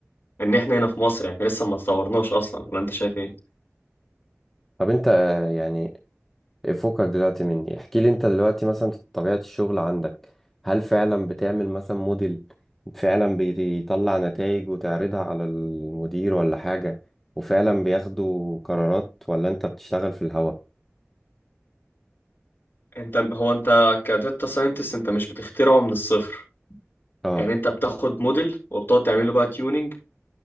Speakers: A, on the left; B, in the centre.
A: ان احنا هنا في مصر يعني لسه ما اتطورناش اصلا ولا انت شايف ايه
B: طب انت آه، يعني فكك دلوقتي مني احكي لي انت دلوقتي مثلا طبيعة الشغل عندك هل فعلا بتعمل مثلا موديل فعلا بيطلع نتائج وتعرضها على المدير ولا حاجة وفعلا بياخدوا قرارات ولا انت بتشتغل في الهوا
A: انت هو انت كداتا ساينتست انت مش بتخترعه من الصفر
B: اه
A: يعني انت بتاخد موديل وبتقعد تعمله بقى tuning